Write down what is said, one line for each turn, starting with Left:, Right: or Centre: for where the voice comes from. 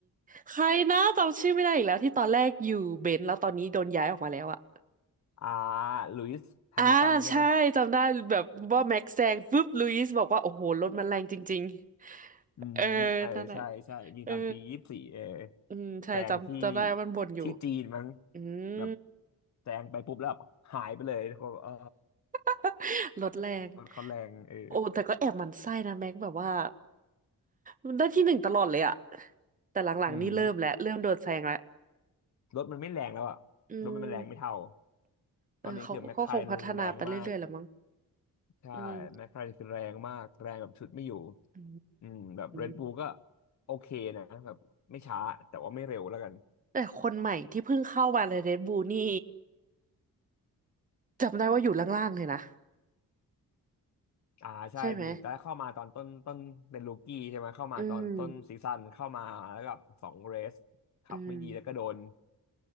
Right: ใครนะจำชื่อไม่ได้อีกแล้วที่ตอนแรกอยู่เบนซ์แล้วตอนนี้โดนย้ายออกมาแล้วอะ
Left: อ่าลุยส์แฮมิลตันใช่ไหม
Right: อ่าใช่จำได้แบบว่าแม็กซ์แซงฟึบลุยส์บอกว่าโอ้โหรถมันแรงจริงๆเออ
Left: อืมเออใช่ใช่
Right: นั่นแหละ
Left: มีตอนปียี่สิบสี่เออ
Right: เอออืมใช่จำจำได้ว่ามันบ่นอยู่
Left: แซงที่ที่จีนมั้ง
Right: อืม
Left: แบบแซงไปปุ๊บแล้วแบบหายไปเลยเขาเออ
Right: <laughs> ลดแรง
Left: รถเขาแรงเออ
Right: โอ้แต่ก็แอบหมั่นไส้นะแม็กแบบว่ามันได้ที่หนึ่งตลอดเลยอะแต่หลังๆนี่เริ่มแล้วเริ่มโดนแซงแล้ว
Left: อืมรถมันไม่แรงแล้วอะรถมันแรงไม่เท่า
Right: อืมเออเขาก็คงพัฒนาไปเรื่อยๆแหละมั้ง
Left: ตอนนี้คือแมคไครแรงมากใช่แมคไคาคือแรงมากแรงแบบชุดไม่อยู่
Right: อืมอื
Left: อืมแบบเรดบู
Right: ม
Left: l ก็โอเคนะแบบไม่ช้าแต่ว่าไม่เร็วแล้วกัน
Right: แต่คนใหม่ที่เพิ่งเข้ามาในเรดบูนี่จำได้ว่าอยู่ล่างๆเลยนะ
Left: อ่าใช่มีตอนแรกเข้ามาตอนต้นต้นเป็นลูกี้ใช่ไหมเข้ามาตอนต้นซีซั่นเข้ามาแล้วกับสองเรส
Right: ใช่ไหมอืม
Left: ขับไม่ดีแล้วก็โดน
Right: อืม